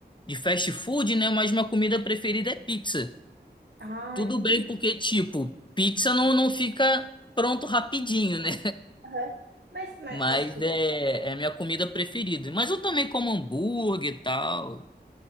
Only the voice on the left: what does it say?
de fast food, né? Mas minha comida preferida é pizza.
Tudo
bem
porque, tipo, pizza não, não fica pronto rapidinho, né?
<laughs>
Mas
é, é a minha comida preferida. Mas eu também como hambúrguer e tal.